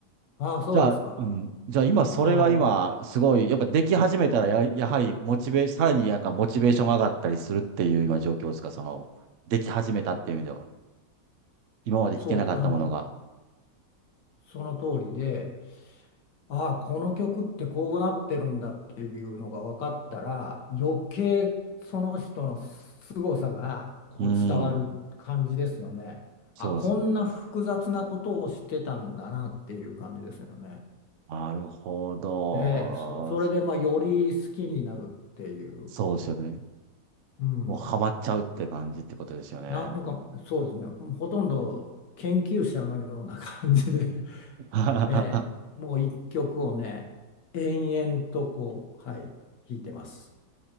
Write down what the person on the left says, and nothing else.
ああ、そうですか。
ああ、
そう、あの、その通りで、ああ、この曲ってこうなってるんだっていうのが分かったら、余計その人の凄さがこう伝わる感じですよね。
あ、こんな複雑なことをしてたんだなっていう感じですよね。
ええ、そ、それでまあより好きになるっていう、
うん、
なんかそうですね、ほとんど研究者のような感じで、<laughs>
ええ、もう一曲をね、延々とこう、はい、弾いてます。